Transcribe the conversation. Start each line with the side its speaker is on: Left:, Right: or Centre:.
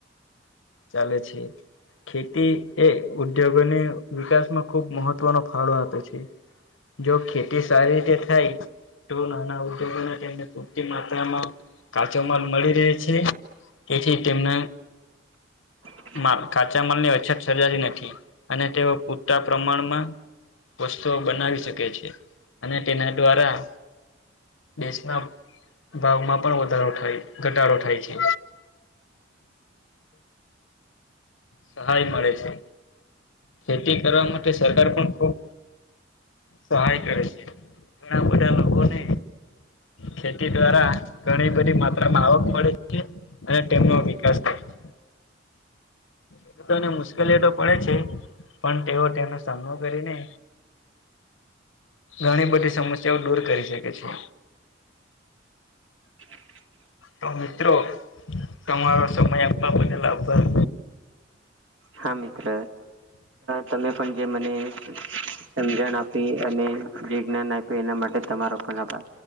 Left: ચાલે છે. ખેતી એ ઉદ્યોગોને વિકાસમાં ખૂબ મહત્વનો ફાળો આપે છે. જો ખેતી સારી રીતે થાય. તો નાના ઉદ્યોગો તેમને પૂરતી માત્રામાં કાચો માલ મળી. તે છે, તેથી તેમના
Right: હ <inaudible>
Left: માલ- કાચા માલની અછત સર્જાતી નથી, અને તેઓ પૂરતા પ્રમાણમાં વસ્તુઓ બનાવી શકે છે, અને તેના દ્વારા દેશના ભાવમાં પણ વધારો થાય. ઘટાડો થાય છે. સહાય મળે છે, ખેતી કરવા માટે સરકાર પણ ખુબ. સહાય કરે છે, ઘણા બધા લોકોને ખેતી દ્વારા ઘણી બધી માફક. આવક મળે છે, અને તેમનો વિકાસ થાય છે. ખેડૂતોને મુશ્કેલી તો પડે છે, પણ તેઓ તેનો સામનો કરીને. ઘણી બધી સમસ્યાઓ દૂર કરી શકે છે.
Right: <unintelligible> <inaudible>
Left: તો મિત્રો તમારો સમય આપવા બદલ આભાર.
Right: હા મિત્ર તમે પણ જે મને સમજણ આપી અને જે જ્ઞાન આપ્યું, એના માટે તમારો પણ આભાર.